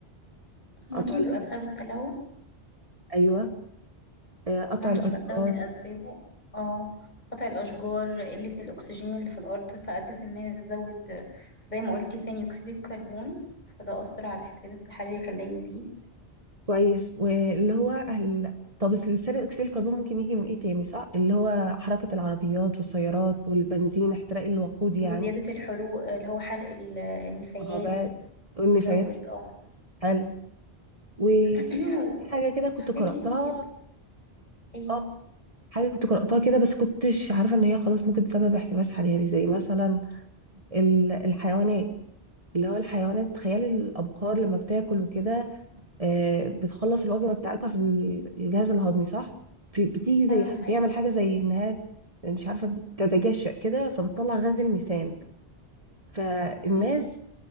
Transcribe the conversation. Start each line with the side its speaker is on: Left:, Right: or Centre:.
Left: ممكن
Right: قطع الأ-
Left: بيبقى بسبب التلوث
Right: ايوه آه، قطع
Left: ممكن
Right: الاشجار
Left: يبقى سبب من أسبابه اه قطع الأشجار قلة الأكسجين اللي في الأرض فأدت إنها تزود زي ما قلتي ثاني أكسيد الكربون فده أثر على الاحتباس الحراري خلاه يزيد
Right: كويس واللي هو ال... طب ال- ثاني اكسيد الكربون ممكن يجي من ايه تاني صح اللي هو حركة العربيات والسيارات والبنزين احتراق الوقود يعني
Left: وزيادة الحروق اللي هو حرق ال- النفايات
Right: ما هو بقى والنفايات
Left: يزود اه
Right: حلو وفي
Left: <clears throat>
Right: ح- في حاجة كده كنت
Left: وحاجات
Right: قرأتها
Left: كتير جدا ايه
Right: اه حاجة كنت قرأتها كده بس كنتش عارفة ان هي خلاص ممكن تسبب احتباس حراري زي مثلا ال- الحيوانات اللي هو الحيوانات تخيل الأبقار لما بتاكل وكده آه، بتخلص الوجبة بتاعتها في ال- الجهاز الهضمي صح؟ في- بتيجي
Left: اه
Right: زي
Left: ده حقيقي
Right: بيعمل حاجة زي انها مش عارفة تتجشأ كده فبتطلع غاز الميثان فالناس
Left: اوكي